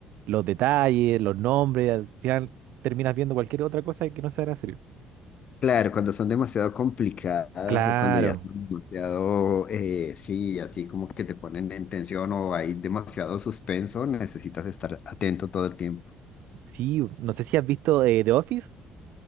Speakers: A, on the right; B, on the left.
A: los detalles, los nombres, al final terminas viendo cualquier otra cosa que no sea la serie.
B: Claro, cuando son demasiado complicadas
A: Claro,
B: o cuando ya son demasiado, eh, sí, así como que te ponen en tensión o hay demasiado suspenso, necesitas estar atento todo el tiempo.
A: sí, no sé si has visto eh, The Office.